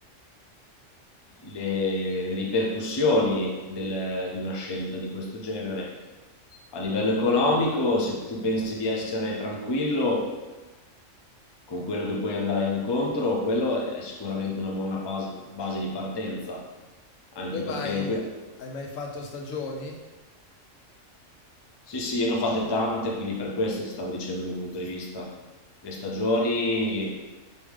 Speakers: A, on the left (about 40°); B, on the left (about 80°).
A: le, le ripercussioni del- di una scelta di questo genere. A livello economico, se tu pensi di essere tranquillo con quello che poi andrai incontro, quello è sicuramente una buona pas- base di partenza, anche
B: Tu hai
A: perché
B: mai,
A: in questo...
B: hai mai fatto stagioni?
A: Sì, sì, io ne ho fatte tante, quindi per questo ti stavo dicendo il mio punto di vista. Le stagioni